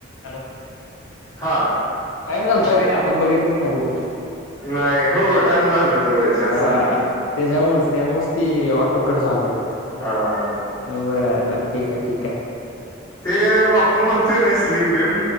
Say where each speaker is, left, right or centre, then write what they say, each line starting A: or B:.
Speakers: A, on the left; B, on the left.
A: Hello!
B: हा
A: time झालता
B: येतोय
A: काय? आपण बघितलंच नाही बहुतेक
B: नाही. हो टाइम झाल होय जास्त
A: हा.
B: झालं होत
A: त्यांच्यामुळंच, त्यामुळंच ती ऑटोकट झाला वाटत
B: हा
A: बरं ठीकय, ठीकय
B: ते आपण म्हणतोय ना स्लीम बीम?